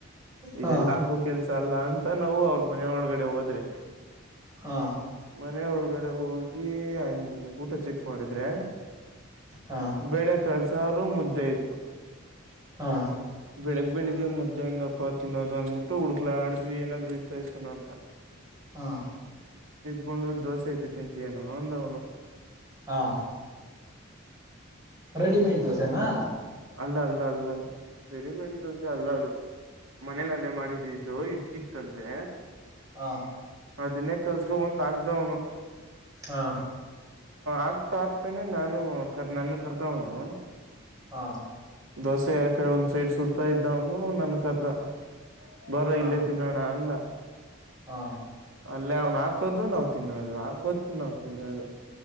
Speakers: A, on the right; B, on the right.
A: ಹಾ
B: ಇದೆಲ್ಲಗೂ ಕೆಲ್ಸ ಅಲ್ಲ ಅ ತ್ತ ನಾವು ಅವರು ಮನೆ ಒಳಗಡೆ ಹೋದ್ರೆ
A: ಹಾ
B: ಮನೆ ಒಳಗಡೆ ಹೋಗಿ ಊಟ ಚೆಕ್ ಮಾಡಿದ್ರೆ
A: ಹಾ
B: ಬೇಳೆ ಕಳ್ಸ್ರರು ಮುದ್ದೆ ಇತು
A: ಹಾ
B: ಬೆಳಗ್ ಬೆಳಿಗ್ಗೆ ಮುದ್ದೆ ಹೆಂಗಪ್ಪಾ ತಿನ್ನೋದು ಅಂದ್ಬಿಟ್ಟು ಹುಡ್ಕ್ಲ ಆಡಿದ್ವಿ ಏನಾದ್ರು ಇರ್ ಸನೋ ಅಂತ
A: ಹಾ
B: ಕಕೊಂಡು ದೋಸೆ ಐತೆ ತಿಂತ ಏನು ಅವಂದ ಅವ್ನು
A: ಹಾ ರೆಡಿಮೇಡ್ ಧೋಸೆನಾ
B: ಅಲ್ಲ ಅಲ್ಲ ಅಲ್ಲ ರೆಡಿಮೇಡ್ ದೋಸೆ ಅಲ್ಲ ಅದು ಮನಲ್ಲೇ ಮಾಡಿದ್ದು ಇತ್ತಂತೆ
A: ಹಾ
B: ಅದನ್ನೇ ಕಲ್ಸ ಒಂದ ಆಗ್ದವನು
A: ಹಾ
B: ಆಗ್ತಾ ಆಗ್ತಾನೆ ನಾನು ಕ ನನ್ನ ಕರ್ದವನು
A: ಹಾ
B: ದೋಸೆ ಆಕಡೆ ಒಂದ್ ಸೈಡ್ ಸುಡ್ತಾ ಇದ್ದವನು ನನ್ ದ ಬರೋ
A: ಹಾ
B: ಇಲ್ಲೇ ತಿನ್ನೋಣ ಅಂದ
A: ಹಾ
B: ಅಲ್ಲೇ ಅವ್ನ್ ಹಾಕೋದು ನಾವ್ ತಿನ್ನೋದು ಹಾಕೋದು ನಾವ್ ತಿನ್ನೋದು